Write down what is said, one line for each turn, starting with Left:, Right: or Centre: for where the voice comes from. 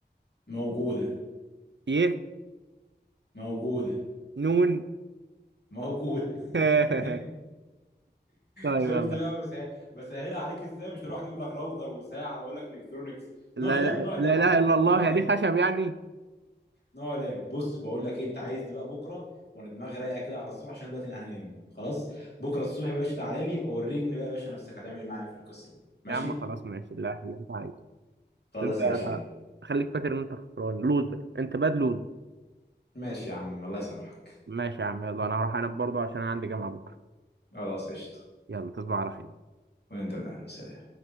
Left: موجودة
Right: ي
Left: موجودة
Right: نون
Left: موجودة
Right: <laughs>
Left: <laughs>
Right: طيب
Left: شفت
Right: يلا
Left: بقى بس بسهلها عليك ازاي مش هروح اجيب لك راوتر وساعة واقول لك الكترونيكس
Right: لا
Left: نوع لاب
Right: لا
Left: نوع لاب
Right: لا اله
Left: على طول
Right: الا الله
Left: نوع لاب
Right: هي دي خشب يعني
Left: نوع لعب بص بقول لك إيه، انت عايز بقى بكره وانا دماغي رايقه كده على الصبح عشان دلوقتي انا هنام خلاص بكره الصبح يا باشا تعالى لي ووريني بقى يا باشا نفسك هتعمل ايه معايا في القصه دي ماشي
Right: يا عم خلاص ماشي لا اللي انت عايزه
Left: خلاص
Right: بس انت
Left: يا باشا
Right: خليك فاكر ان انت خسران لوزر انت باد لوز
Left: ماشي يا عم الله يسامحك
Right: ماشي يا عم يلا انا هروح انام برضه عشان انا عندي جامعة بكرة
Left: خلاص قشطه
Right: يلا تصبح على خير
Left: وانت من اهل سلام